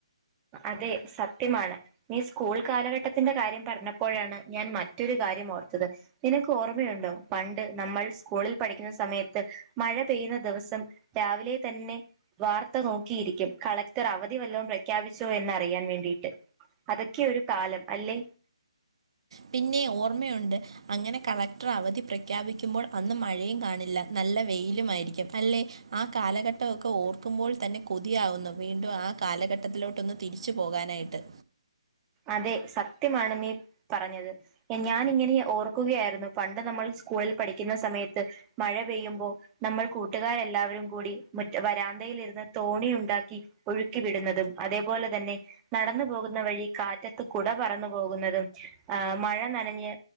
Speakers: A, on the right; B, on the right.
A: അതെ സത്യമാണ് നീ സ്കൂൾ കാലഘട്ടത്തിന്റെ കാര്യം പറഞ്ഞപ്പോഴാണ് ഞാൻ മറ്റൊരു കാര്യം ഓർത്തത് നിനക്ക് ഓർമ്മയുണ്ടോ പണ്ട് നമ്മൾ സ്കൂളിൽ പഠിക്കുന്ന സമയത്ത് മഴ പെയ്യുന്ന ദിവസം രാവിലെ തന്നെ വാർത്ത നോക്കിയിരിക്കും കളക്ടർ അവധി വല്ലം പ്ര ഖ്യാപിച്ചോ എന്നറിയാൻ വേണ്ടിയിട്ട് അതൊക്കെ ഒരു കാലം അല്ലേ
B: പിന്നെ ഓർമ്മയുണ്ട് അങ്ങനെ കളക്ടർ അവധി പ്രഖ്യാപിക്കുമ്പോൾ അന്ന് മഴയും കാണില്ല നല്ല വെയിലും ആയിരിക്കും അല്ലേ ആ കാലഘട്ടമൊക്കെ ഓർക്കുമ്പോൾ തന്നെ കൊതിയാവുന്നു വീണ്ടും ആ കാലഘട്ടത്തിലോട്ടൊന്ന് തിരിച്ചു പോകാനായിട്ട്
A: അതെ സത്യമാണ് നീ പറഞ്ഞത് ഞാൻ ഇങ്ങനെ ഓർക്കുകയായിരുന്നു പണ്ട് നമ്മൾ സ്കൂളിൽ പഠിക്കുന്ന സമയത്ത് മഴ പെയ്യുമ്പോ നമ്മൾ കൂട്ടുകാരെല്ലാവരും കൂടി മുറ്റ വരാന്തയിലിരുന്ന് തോണി ഉണ്ടാക്കി ഒഴുക്കി വിടുന്നതും അതേപോലെ തന്നെ നടന്നു പോകുന്ന വഴി കാറ്റത്ത് കുട പറന്നു പോകുന്നതും ആ മഴ നനഞ്ഞ്